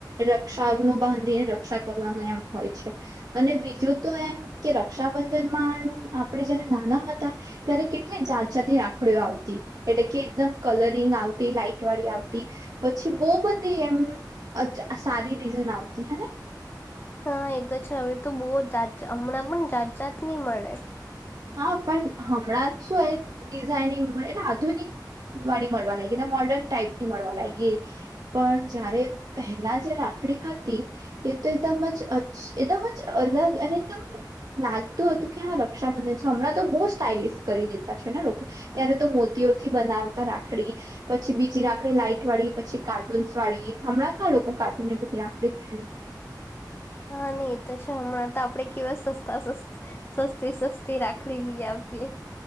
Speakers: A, on the right; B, on the left.
A: રક્ષા ન બાંધીને રક્ષા કરવાનું એમ હોય છે. અને બીજું તો એમ, કે રક્ષાબંધનમાં એમ. આપડે જયારે નાના હતા, ત્યારે કેટલી જાત જાતની રાખડીઓ આવતી. એટલે કે એકદમ કલરિંગ આવતી. લાાઈટ વાળી આવતી. પછી બહુ બધી એમ. અચ્છા સારી ડિઝાઇન આવતી હ ને.
B: હા! એ તો છે. હવે તો બહુ જાત જા હમણાં પણ જાત જાત ની મળે.
A: હા! પણ હમણાં જ શું એમ ડિઝાઈનિંગ એટલે આધુનિક. વાળી મળવા લાગી. મોર્ડર્ન ટાઈપની મળવા લાગી. પણ જયારે પહે લા જે રાખડી હતી તે તો એકદમ જ એકદમ જ અલગ અને એકદમ. લાગતું હતું કે રક્ષા બંધન છે. હમણાં તો બહુ સ્ટાઇલિશ કરી દીધા છે ને. લોકો ત્યારે તો મોતીઓથી બનાવતા રાખડી. પછી બીજી રાખડી લાઈટ વાળી. પછી કાર્ટૂનસ વાળી. હમણાં કા લોકો કાર્ટૂનને બધી રાખડી પહે‌ને.
B: હા! નહી એ તો છે હમણાં તો આપડે કેવા સસ્તા સસ્ સસ્તી સસ્તી રાખડી લઈ આપીએ